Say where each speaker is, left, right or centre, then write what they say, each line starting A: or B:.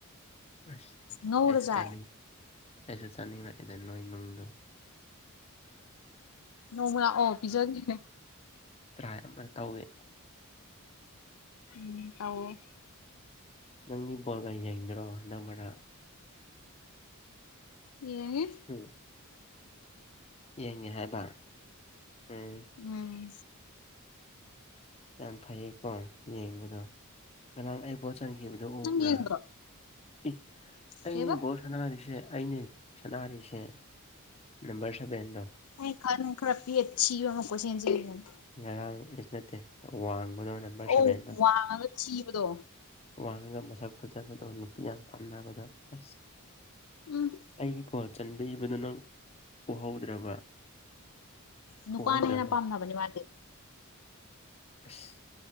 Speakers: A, on the left (about 30°); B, on the left (about 85°).
A: ꯑꯁ
B: ꯉꯧꯔ
A: ꯑꯩꯁꯨ
B: ꯆꯥꯏ
A: ꯆꯥꯟꯅꯤꯡꯉꯦ ꯑꯩꯁꯨ ꯆꯥꯅꯤꯡꯂꯛꯏꯗ ꯅꯣꯏ ꯅꯨꯡꯗꯣ
B: ꯅꯣꯡꯃꯅ ꯑꯣ ꯄꯤꯖꯔꯤꯈꯦ
A: ꯇꯔꯥꯏꯥ ꯑꯃꯅ ꯇꯧꯒꯦ
B: ꯎꯝ ꯇꯥꯎ
A: ꯅꯪꯗꯤ ꯕꯣꯜꯒ ꯌꯦꯡꯗ꯭ꯔꯣ ꯅꯪꯃꯔꯥ
B: ꯌꯦꯅꯦ
A: ꯎꯝ ꯌꯦꯡꯉꯦ ꯍꯥꯏꯕ ꯎꯝ
B: ꯎꯝ
A: ꯌꯥꯝ ꯐꯩꯌꯦꯀꯣ ꯌꯦꯡꯕꯗꯣ ꯉꯔꯥꯡ ꯑꯩꯕꯨꯟ ꯆꯟꯈꯤꯕꯗꯨ ꯎꯕ꯭ꯔꯥ
B: ꯅꯪ ꯌꯦꯡꯗ꯭ꯔꯣ
A: ꯏ
B: ꯀꯩꯕ
A: ꯑꯩꯅꯦ ꯕꯣ ꯁꯥꯟꯅꯔꯤꯁꯦ ꯑꯅꯦ ꯁꯥꯟꯅꯔꯤꯁꯦ ꯅꯝꯕꯔ ꯁꯕꯦꯟꯗꯣ
B: ꯑꯩ ꯈꯔ ꯈꯔꯄꯤ ꯑꯤ ꯋꯥꯏꯁꯤꯅꯤ
A: ꯉꯔꯥꯡ ꯑꯩꯁꯨ ꯅꯠꯇꯦ ꯈꯔ ꯋꯥꯡ
B: ꯑꯧ
A: ꯅ
B: ꯋꯥꯡꯉꯒ ꯊꯤꯕꯗꯣ
A: ꯋꯥ ꯒ ꯃꯁꯛ ꯐꯖꯕꯗꯣ ꯅꯨꯄꯤ ꯌꯥꯝ ꯄꯥꯝꯅꯕꯗꯣ ꯑꯁ
B: ꯎꯝ
A: ꯑꯩꯒꯤ ꯀꯣ ꯆꯟꯕꯤꯕꯗꯨ ꯅꯪ ꯎꯍꯧꯗ꯭ꯔꯕ
B: ꯅꯨꯄꯥꯅ
A: ꯎꯍꯧꯗ꯭ꯔ
B: ꯍꯦꯟꯅ ꯄꯥꯝꯅꯕꯅꯤ ꯃꯥꯗꯤ
A: ꯕꯁ